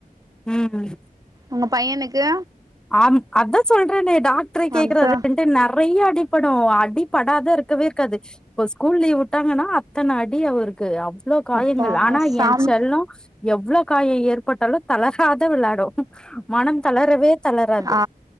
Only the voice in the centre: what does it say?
ம்
ஆம் அதா சொல்றன்னே டாக்டரே கேக்குறாரு
ரெண்ட்டு நெறைய அடிப்படு அடிப்படாதா இருக்கவே இருக்காது இப்ப ஸ்கூல் லீவ் உட்டாங்கன்னா அத்தன அடி அவருக்கு அவ்ளோ காயங்கள்
ஆனா
என் செல்லோ எவ்ளோ காயோ ஏற்பட்டாலு தளராத வெளாடு மனம் தளரவே தளராது